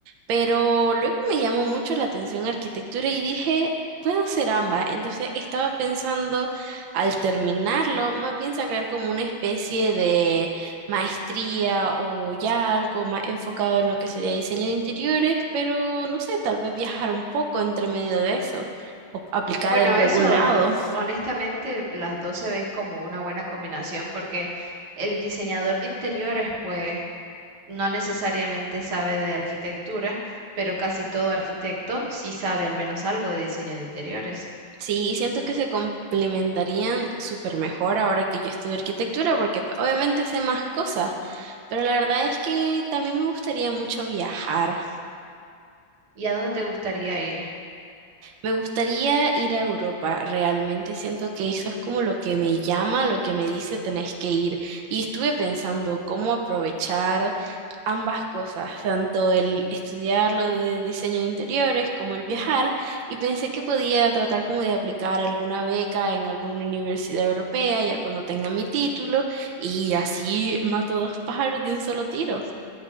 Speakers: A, on the right; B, on the right.
A: pero luego me llamó mucho la atención arquitectura y dije, puedo hacer ambas. Entonces estaba pensando al terminarlo, más bien sacar como una especie de maestría o ya algo más enfocado en lo que sería diseño de interiores, pero no sé, tal vez viajar un poco entre medio de eso o aplicar
B: Bueno,
A: algo
B: eso,
A: a algún lado.
B: honestamente, las dos se ven como una buena combinación porque el diseñador de interiores, pues, no necesariamente sabe de arquitectura, pero casi todo arquitecto sí sabe al menos algo de diseño de interiores.
A: Sí, siento que se complementarían súper mejor ahora que yo estudio arquitectura, porque pues, obviamente sé más cosas, pero la verdad es que también me gustaría mucho viajar.
B: ¿Y a dónde te gustaría ir?
A: Me gustaría ir a Europa, realmente siento que eso es como lo que me llama, lo que me dice tenés que ir. Y estuve pensando cómo aprovechar ambas cosas, tanto el estudiar lo de diseño de interiores como el viajar, y pensé que podía tratar como de aplicar alguna beca en alguna universidad europea ya cuando tenga mi título y así mato dos pájaros de un solo tiro.